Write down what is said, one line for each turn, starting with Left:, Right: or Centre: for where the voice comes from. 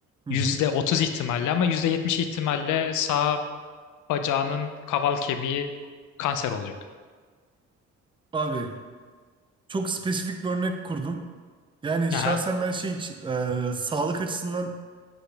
Right: hı
Left: %30
Right: hı.
Left: ihtimalle ama %70 ihtimalle sağa bacağının kaval kemiği kanser olacak.
Right: Abi çok spesifik bir örnek kurdum. Yani şahsen
Left: Aha,
Right: ben şey için e, sağlık açısından